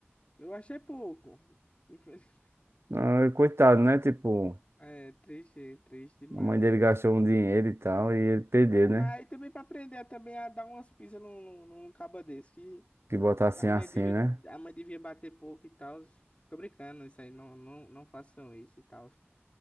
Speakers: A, on the left; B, on the right.
A: Eu acho é pouco. <laughs>
B: Ah, coitado, né? Tipo,
A: É triste, triste demais.
B: a mãe dele gastou um dinheiro e tal, e ele perdeu,
A: Ah, mas
B: né?
A: aí também pra aprender também a dar umas pisas num, num, num caba desse, que
B: Que botar assim,
A: a mãe
B: assim,
A: devia,
B: né?
A: a mãe devia bater pouco e tal. Tô brincando, isso aí, não, não, não façam isso e tal.